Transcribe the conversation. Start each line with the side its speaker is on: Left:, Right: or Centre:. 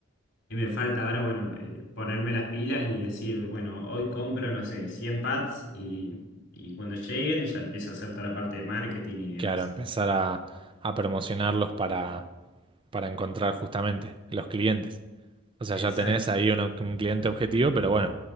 Left: Y me falta ahora, bueno, eh, ponerme las pilas y decir, bueno, hoy compro, no sé, 100 pads y, y cuando lleguen ya empiezo a hacer toda la parte de marketing y demás.
Right: Claro, empezar a, a promocionarlos para, para encontrar justamente los clientes. O sea,
Left: Exacto.
Right: ya tenés ahí uno- un cliente objetivo, pero bueno,